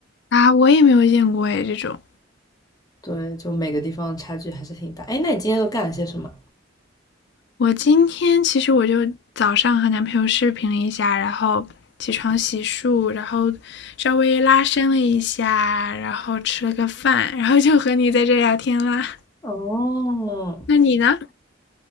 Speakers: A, on the left; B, on the left.
A: 啊，我也没有见过哎，这种。
B: <laughs> 对，就每个地方差距还是挺大。哎，那你今天都干了些什么？
A: 我今天其实我就早上和男朋友视频了一下，然后起床洗漱，然后稍微拉伸了一下，然后吃了个饭，然后就和你在这聊天啦。
B: 哦，
A: 那你呢？